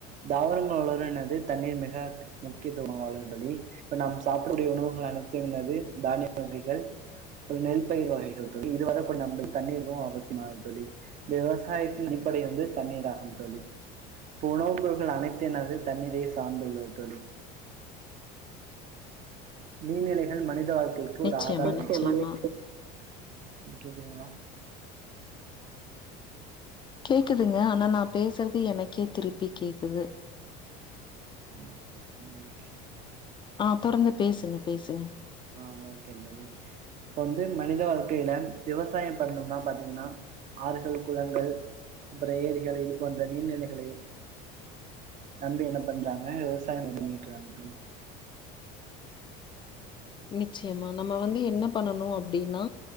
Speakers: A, on the right; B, on the left.
A: தாவரங்கள் வளருனது தண்ணீர் மிக முக்கியத்துவாய்ந்து தோழி இப்ப நாம் சாப்பிடக்கூடிய உணவுகள் அனைத்துனது தானிய வகைகள் அப்பறோ நெல் பயிர் வகைகள் தோழி இதுவர கூட நம்ளுது தண்ணீரு அவசியமாது தோழி இந்த விவசாயத் தின் அடிப்படை வந்து தண்ணீதாகும் தோழி இப்ப உணவு பொருட்கள் அனைத்தினது தண்ணீரயே சார்ந்துள்ளது தோழி நீர்நிலைகள் மனித மனித வாழ்க்கைக்கு
B: நிச்சயமா,
A: ஒரு ஆதாரமாக
B: நிச்சயமா.
A: இது கேக்குதுங்களா
B: கேக்குதுங்க ஆனா நா பேசுறது எனக்கே திருப்பி கேக்குது
A: நீங்க பேசுறது கேக்குதா
B: ஆ தொடர்ந்து பேசுங்க பேசுங்க
A: ஆஹ் ஓகேங்க தோழி இப்ப வந்து மனிதவள க்கையில விவசாயோ பண்ணணுன்னு பாத்தீங்கன்னா ஆறுகள் குளங்கள் அப்பறோ ஏரிகள் இது போன்ற நீர்நிலைகளை நம்பி என்ன பண்றாங்க விவசாயோ பண்ணிட்டுறாங்க தோழி
B: நி ச்சயமா நம்ம வந்து என்ன பண்ணணு அப்டினா